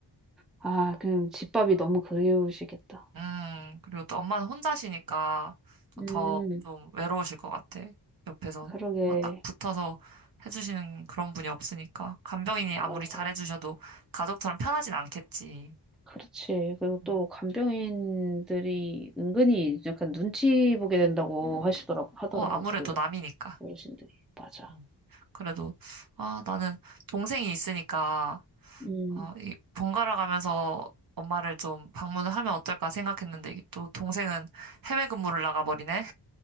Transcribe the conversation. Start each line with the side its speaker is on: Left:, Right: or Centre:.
Centre: 아 그럼 집밥이 너무 그리우시겠다.
Right: 음, 그리고 또 엄마는 혼자시니까 또
Centre: 음.
Right: 더 좀 외로우실 것 같아. 옆에서
Centre: 그러게.
Right: 뭐딱 붙어서 해주시는 그런 분이 없으니까. 간병인이 아무리
Centre: 맞아.
Right: 잘해주셔도 가족처럼 편하진 않겠지.
Centre: 그렇지. 그리고
Right: 음.
Centre: 또 간병인들이 은근히 약간 눈치 보게 된다고 하시더라고, 하더라고,
Right: 어, 아무래도
Centre: 그
Right: 남이니까.
Centre: 어르신들이. 맞아.
Right: 음. 그래도, 아, 나는 동생이 있으니까
Centre: 음.
Right: 어, 이 번갈아 가면서 엄마를 좀 방문을 하면 어떨까 생각했는데 이게 또 동생은 해외 근무를 나가버리네.